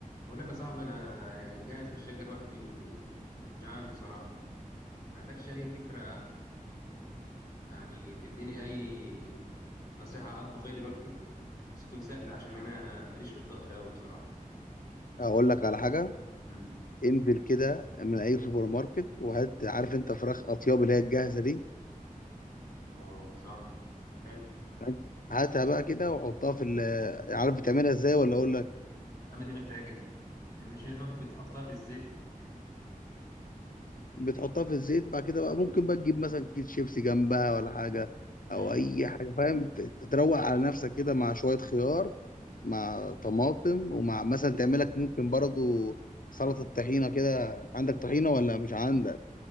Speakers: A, on the left; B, on the left.
A: بقول لك يا صاحبي انا قاعد في الشقه لوحدي و- وجعان بصراحه ما عندكش اي فكره يعني تديني اي نصيحه اطبخ ايه دلوقتي بس تكون سهله عشان انا ماليش في الطبخ قوي بصراحه
B: اقول لك على حاجه
A: امم
B: انزل كده من اي سوبر ماركت وهات عارف انت فراخ اطياب اللي هي الجاهزه دي
A: اه صح حلو
B: هات- هاتها بقى كده وحطها في ال- عارف بتعملها ازاي ولا اقول لك
A: اما دي محتاجه إيه؟ مش يدوب تحطها في الزيت
B: بتحطها في الزيت بعد كده بقى ممكن بقى تجيب مثلا كيس شيبسي جنبها ولا حاجه
A: امم
B: او اي حاجه فاهم تروق على نفسك كده مع شويه خيار مع طماطم ومع مثلا تعملك ممكن برضو سلطه طحينه كده عندك طحينه ولا مش عندك